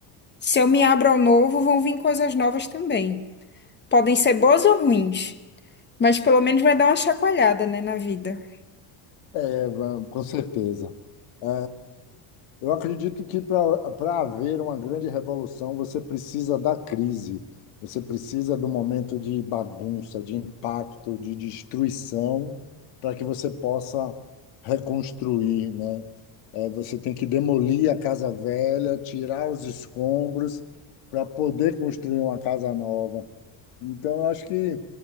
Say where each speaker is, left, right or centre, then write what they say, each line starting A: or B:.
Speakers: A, on the left; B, on the left.
A: se eu me abro ao novo, vão vir coisas novas também. Podem ser boas ou ruins, mas pelo menos vai dar uma chacoalhada, né, na vida.
B: É, va- Com certeza. É, eu acredito que para haver uma grande revolução, você precisa da crise, você precisa do momento de bagunça, de impacto, de destruição, para que você possa reconstruir, né? É, você tem que demolir a casa velha, tirar os escombros para poder construir uma casa nova. Então, eu acho que